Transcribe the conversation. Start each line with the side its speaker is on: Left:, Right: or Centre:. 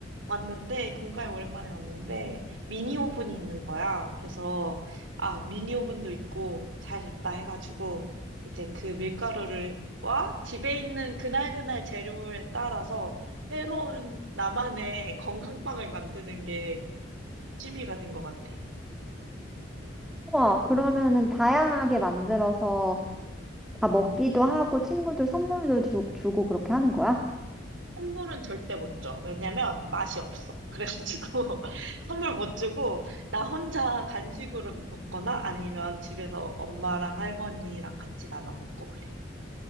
Right: 왔는데, 본가에 오랜만에 왔는데, 미니 오븐이 있는 거야. 그래서, 아, 미니 오븐도 있고, 잘 됐다 해가지고, 이제 그 밀가루를, 와, 집에 있는 그날그날 재료에 따라서 새로운 나만의 건강빵을 만드는 게 취미가 된 것 같아.
Centre: 와, 그러면은 다양하게 만들어서 아, 먹기도 하고 친구들 선물도 주, 주고 그렇게 하는 거야?
Right: 선물은 절대 못 줘. 왜냐면 맛이 없어. 그래가지고 <laughs> 선물 못 주고 나 혼자 간식으로 먹거나 아니면 집에서 엄마랑 할머니랑 같이 나눠 먹고 그래.